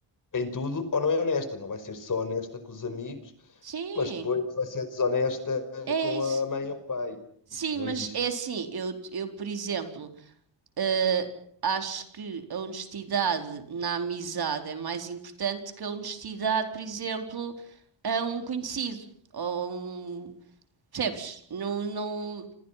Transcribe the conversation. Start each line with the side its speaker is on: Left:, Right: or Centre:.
Left: em tudo ou não é honesta. Não vai ser só honesta com os amigos,
Right: sim,
Left: mas depois vai ser desonesta eh,
Right: é
Left: com
Right: isso.
Left: a mãe ou o pai.
Right: Sim,
Left: Isso não
Right: mas
Left: existe.
Right: é assim, eu, eu, por exemplo. Eh, acho que a honestidade na amizade é mais importante que a honestidade, por exemplo, a um conhecido ou a um, percebes? Não, não